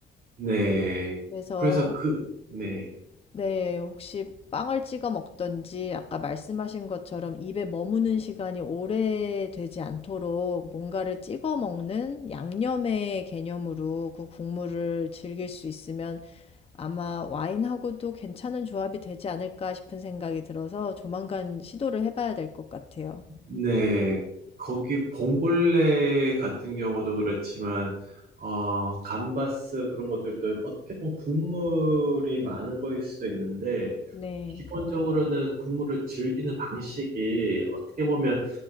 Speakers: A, on the right; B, on the left.
A: 네.
B: 그래서
A: 그래서 그, 네,
B: 네, 혹시 빵을 찍어 먹던지 아까 말씀하신 것처럼 입에 머무는 시간이 오래 되지 않도록 뭔가를 찍어 먹는 양념의 개념으로 그 국물을 즐길 수 있으면 아마 와인하고도 괜찮은 조합이 되지 않을까 싶은 생각이 들어서 조만간 시도를 해봐야 될 것 같아요.
A: 네. 거기 봉골레 같은 경우도 그렇지만, 어, 감바스 그런 것들도 어떻게 보면 국물이 많은 거일 수도 있는데,
B: 네,
A: 기본적으로는 국물을 즐기는 방식이 어떻게 보면,